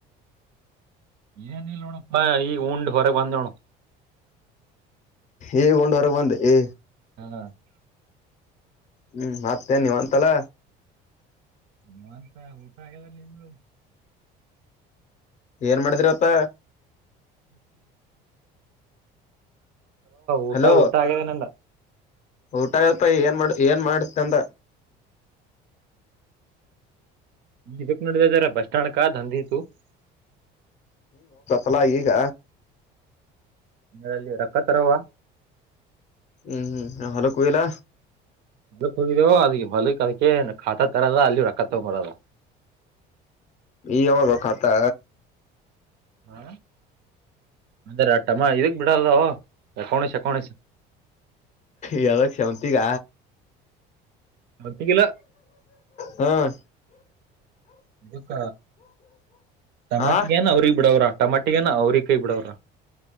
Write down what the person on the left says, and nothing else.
ಈಗ ಉಂಡ್ ಹೊರ ಬಂದಿಯೇ
ಹ್ಮ್ ಮತ್ತೇ ನೀವ್ ಅಂತಲ್ಲ
ಏನ್ ಮಾಡಿದ್ರಿವತ್ತ
ಹಲೋ
ಊಟ ಏನ್ ಮಾಡ ಏನ್ ಮಾಡತಂದ
ಅಲ್ಲ ಈಗ
ಹ್ಮ್ ಹ್ಮ್ ಹೊಲಕೆ ಹೋಗಿಲ್ಲ
ಈಗಾ ಯಾವಾಗ ಖಾತಾ
ಯಾದಕ್ ಸಂತಿಂಗ
ಹ್ಮ್
ಆ